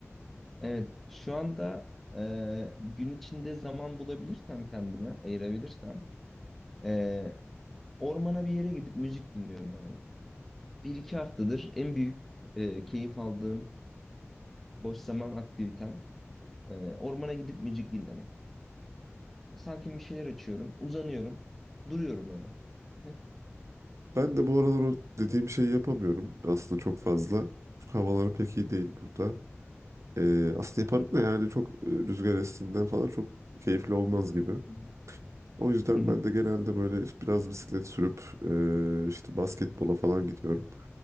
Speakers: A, in the centre; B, on the right.
A: evet şu anda e, gün içinde zaman bulabilirsem kendime ayırabilirsem e, ormana bir yere gidip müzik dinliyorum abi. Bir iki haftadır en büyük e, keyif aldığım boş zaman aktivitem e, ormana gidip müzik dinlemek. Sakin bir şeyler açıyorum. Uzanıyorum. Duruyorum öyle. <laughs>
B: Ben de bu aralar o dediğim şeyi yapamıyorum aslında çok fazla. Çünkü havalar pek iyi değil burada. E, aslında yaparım da yani çok e, rüzgar estiğinden falan çok keyifli olmaz gibi.
A: Hı hı.
B: O yüzden
A: Hı hı,
B: ben de genelde böyle işte biraz bisiklet sürüp e, işte basketbola falan gidiyorum.